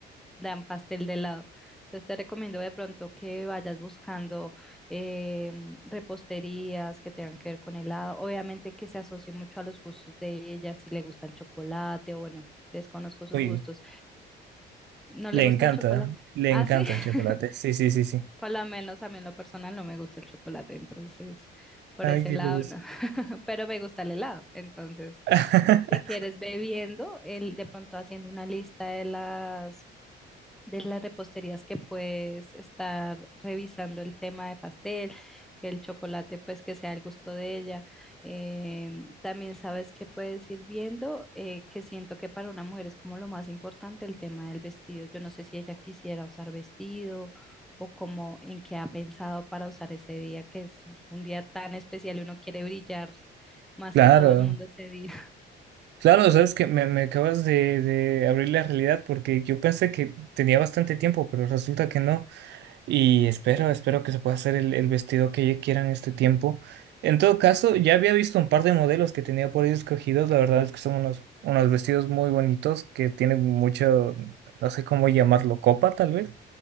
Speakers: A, in the centre; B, on the right.
A: dan pastel de helado. Entonces te recomiendo de pronto que vayas buscando eh, reposterías que tengan que ver con helado. Obviamente que se asocie mucho a los gustos de ella, si le gusta el chocolate o bueno, desconozco sus
B: Uy,
A: gustos. ¿No
B: le
A: le gusta
B: encanta,
A: el chocolate?
B: le
A: Ah,
B: encanta
A: sí. <laughs>
B: el chocolate. Sí, sí, sí, sí.
A: Por lo menos a mí en lo personal no me gusta el chocolate, entonces por
B: Ay,
A: ese
B: qué
A: lado
B: curioso.
A: no. <laughs> Pero me gusta el helado, entonces
B: <laughs>
A: si quieres bebiendo, el, de pronto haciendo una lista de las de las reposterías que puedes estar revisando el tema de pastel, que el chocolate pues que sea al gusto de ella. Eh, también sabes que puedes ir viendo, eh, que siento que para una mujer es como lo más importante el tema del vestido. Yo no sé si ella quisiera usar vestido o como en qué ha pensado para usar ese día, que es un día tan especial y uno quiere brillar más
B: Claro.
A: que todo el mundo ese día.
B: Claro, sabes que me, me acabas de, de abrir la realidad porque yo pensé que tenía bastante tiempo, pero resulta que no. Y espero, espero que se pueda hacer el, el vestido que ella quiera en este tiempo. En todo caso, ya había visto un par de modelos que tenía por ahí escogidos. La verdad es que son unos, unos vestidos muy bonitos que tienen mucho, no sé cómo llamarlo, copa tal vez,